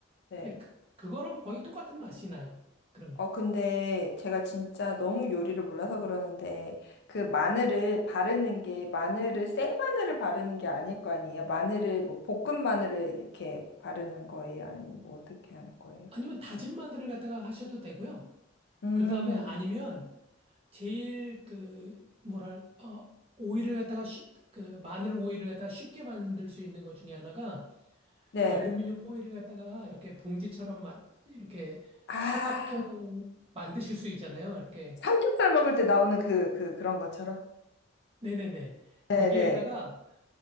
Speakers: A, on the left (about 60°); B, on the right (about 30°).
A: 네.
B: 근데 그, 그거랑 거의 똑같은 맛이 나요. 그러면
A: 어, 근데 제가 진짜 너무 요리를 몰라서 그러는데, 그 마늘을 바르는 게, 마늘을, 생마늘을 바르는 게 아닐 거 아니에요? 마늘을, 뭐, 볶은 마늘을 이렇게 바르는 거예요? 아니면 뭐, 어떻게 하는 거예요?
B: 아니면 다진 마늘을 갖다가 하셔도 되고요.
A: 음,
B: 그 다음에 아니면 제일 그 뭐랄 어 오일을 갖다가 쉽그 마늘 오일을 갖다가 쉽게 만들 수 있는 것 중에 하나가
A: 네.
B: 알루미늄 포일을 갖다가 이렇게 봉지처럼 만 이렇게
A: 아,
B: 사각형 만드실 수 있잖아요. 이렇게
A: 삼겹살 먹을 때 나오는 그, 그, 그런 것처럼?
B: 네네네
A: 네네.
B: 거기에다가